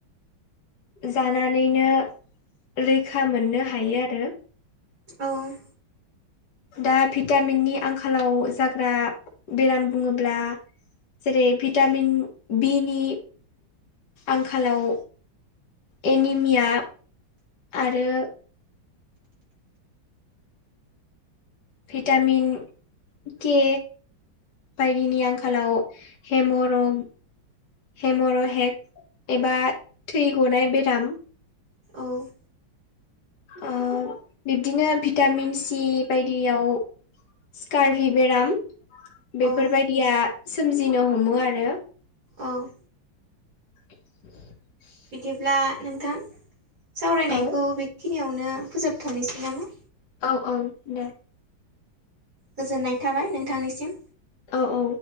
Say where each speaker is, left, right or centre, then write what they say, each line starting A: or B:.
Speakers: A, on the left; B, on the right.
A: जानानैनो रैखा मोननो हायो आरो।
B: औ।
A: दा भिटामिननि आंखालाव जाग्रा बेराम बुङोब्ला जेरै भिटामिन बिनि आंखालाव एनिमिया आरो भिटामिन के बायदिनि आंखालाव हेमरं हेमर' हेक एबा थै गनाय बेराम।
B: औ।
A: ओ बिब्दिनो भिटामिन सि बायदियाव स्कारभि बेराम बेफोरबायदिया
B: औ
A: सोमजिनो हमो आरो।
B: ओम।
A: <inaudible>
B: बिदिब्ला नोंथां सावरायनायखौ
A: औ
B: बेखिनियावनो फोजोबथ'नोसै नामा?
A: औ औ दे।
B: गोजोननाय थाबाय नोंथांनिसिम।
A: औ औ।